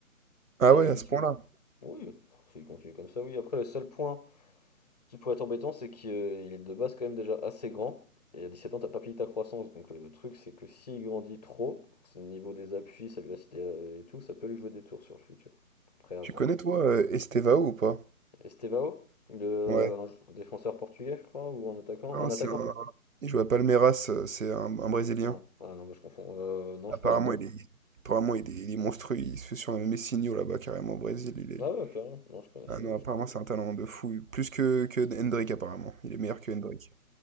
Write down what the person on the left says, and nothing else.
Dans
le futur.
Oui, s'il continue comme ça, oui. Après, le seul point. Ce qui pourrait être embêtant, c'est qu'il est de base quand même déjà assez grand. Et à 17 ans, t'as pas fini ta croissance. Donc le le truc, c'est que s'il grandit trop, pour ce niveau des appuis, sa vivacité euh, et tout, ça peut lui jouer des tours sur le futur. Après, à
voir.
Estevao, le, euh,
un jou- défenseur portugais, je crois, ou un attaquant
Un
attaquant.
por-
Ah, ah non, mais je confonds. Euh, non,
je connais pas.
Ah ouais, carrément. Non, je connaissais.
je-